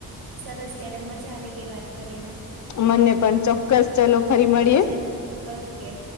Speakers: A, on the right (about 75°); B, on the left (about 50°).
A: સરસ ત્યારે મજા આવી ગઈ વાત કરીને
B: મને પણ ચોક્કસ ચલો ફરી મળીએે.
A: ચલો ઓકે.